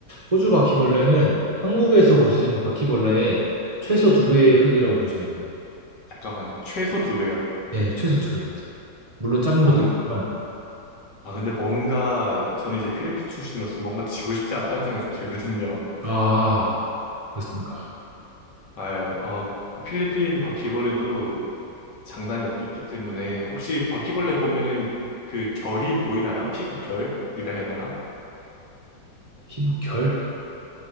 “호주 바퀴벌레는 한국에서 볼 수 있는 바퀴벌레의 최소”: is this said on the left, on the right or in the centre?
Right